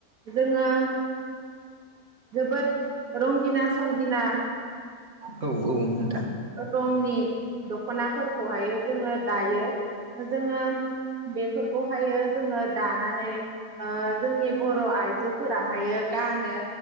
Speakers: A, on the right; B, on the right.
A: जोङो जोबोद रंगिना संगिना
B: औ औ नोंथां।
A: रंनि दख'नाफोरखौहाय जोङो ओ दायो जोङो बेफोरखौहायो जोङो दानानै ओ जोंनि बर' आइजोफोराहायो गानो